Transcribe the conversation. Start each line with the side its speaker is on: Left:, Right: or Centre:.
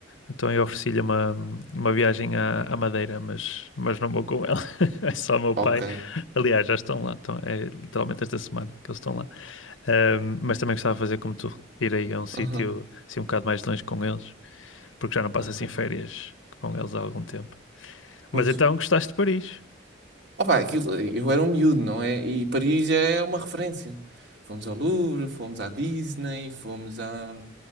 Left: Então eu ofereci-lhe uma, uma viagem à, à Madeira, mas, mas não vou com ela. <laughs> É só o meu
Right: Ok.
Left: pai. Aliás, já estão lá. Estão, é literalmente esta semana que eles estão lá. Ahm, mas também gostava de fazer como tu, ir aí a um sítio
Right: Aham,
Left: assim um bocado mais longe com eles, porque já não passo
Right: Ok.
Left: assim férias com eles há algum tempo.
Right: Pois.
Left: Mas então gostaste de Paris?
Right: Opa, aquilo, eu era um miúdo, não é? E Paris é uma referência. Fomos ao Louvre, fomos à Disney, fomos à-